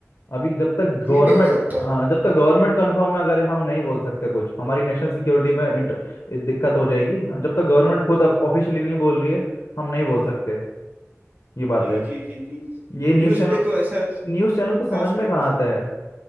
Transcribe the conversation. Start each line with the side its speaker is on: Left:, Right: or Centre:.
Left: अभी जब तक गवर्नमेंट
Right: ये भी हो सकता
Left: हाँ
Right: है
Left: जब तक गवर्नमेंट कंफर्म ना करे हम नहीं बोल सकते कुछ हमारी नेशनल सिक्योरिटी में इंटर दिक्कत हो जाएगी हाँ, जब तक गवर्नमेंट खुद ऑफिशियली नहीं बोल रही है हम नहीं बोल सकते ये बात
Right: जी
Left: है
Right: जी जी जी
Left: ये न्यूज़
Right: न्यूज़
Left: चैनल
Right: पे तो ऐसा
Left: न्यूज़ चैनल
Right: ट्रस्ट
Left: को समझ में
Right: नहीं
Left: कहाँ
Right: कर सकते
Left: आता है